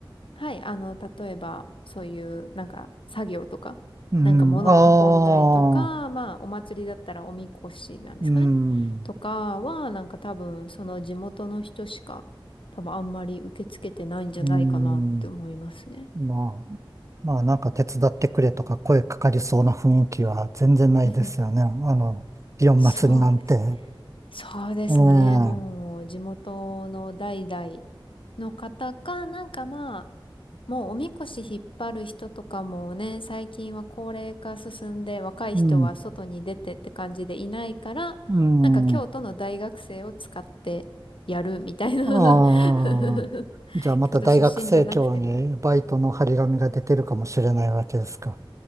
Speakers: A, on the left; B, on the right.
A: はい、あの、例えば、そういう、なんか、作業とか、
B: う
A: なんか物を運んだりとか、
B: ん、ああ、
A: まあ、お祭りだったらおみこしなんですかね。
B: うん、
A: とかは、なんか多分、その地元の人しか、多分あんまり受け付けてないんじゃないかなって思いますね。
B: うん。まあ、まあなんか手伝ってくれとか声かかりそうな雰囲気は全然ないですよね。
A: <laughs>
B: あの、祇園祭なんて。
A: そうですね。そうですね。
B: ええ、う
A: もう地元の代々
B: ん、
A: の方か、なんかまあ、もうおみこし引っ張る人とかもね、最近は高齢化進んで若い人は外に出てって感じでいないから、
B: うん、うん
A: なんか京都の大学生を使ってやるみたいな
B: ああ、
A: <laughs>
B: じゃあまた大学生協にバイトの張り紙が出てるかもしれないわけですか。
A: 京都出身じゃなくても。